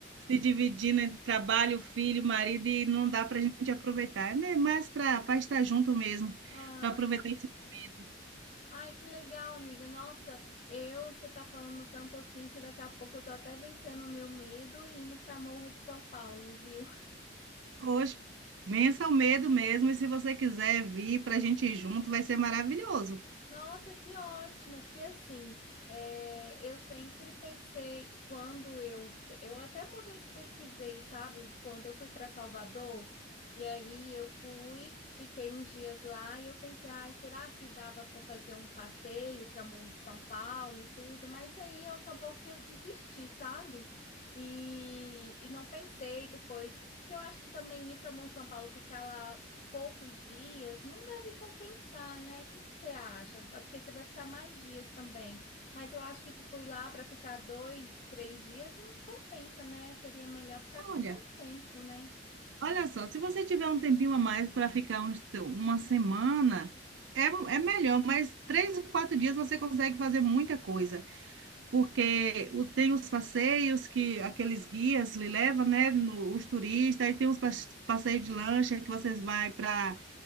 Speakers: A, on the right; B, on the left.
A: se dividindo entre trabalho, filho, marido, e não dá para a gente aproveitar. É mais para estar junto mesmo,
B: Ah,
A: para aproveitar esse momento.
B: ai, que legal, amiga. Nossa, eu, você tá falando tanto assim que daqui a pouco eu tô até vencendo o meu medo e indo para Morro de São Paulo, viu?
A: Hoje, vença o medo mesmo, e se você quiser vir para a gente ir junto, vai ser maravilhoso.
B: Nossa, que ótimo, porque assim, é, eu sempre pensei quando eu, eu até uma vez pesquisei, sabe, quando eu fui para Salvador, e aí eu fui, fiquei uns dias lá e eu pensei, ai, será que dava para fazer um passeio para Morro de São Paulo e tudo, mas aí acabou que eu desisti, sabe? E, e não pensei depois, porque eu acho que também ir para Morro de São Paulo, ficar lá poucos dias, não deve compensar, né? O que que você acha? Porque você vai ficar mais dias também. Mas eu acho que, tipo, ir lá para ficar dois, três dias não compensa, né? Seria melhor ficar
A: Olha,
B: com mais tempo, né?
A: olha só, se você tiver um tempinho a mais para ficar uns- uma semana, é, é melhor, mas três, quatro dias você consegue fazer muita coisa. porque o- tem os passeios que aqueles guias lhe levam, né, no- os turistas, aí tem os pas- passeios de lancha que vocês vai para